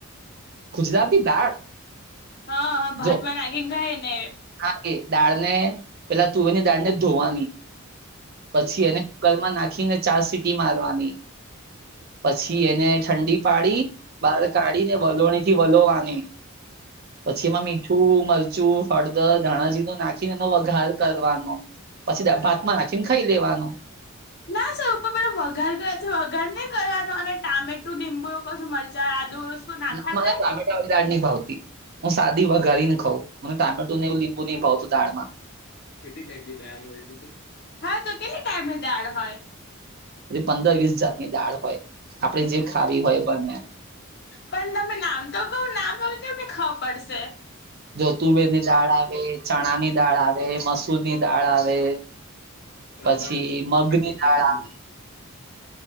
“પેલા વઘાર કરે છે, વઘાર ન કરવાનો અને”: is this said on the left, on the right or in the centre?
Left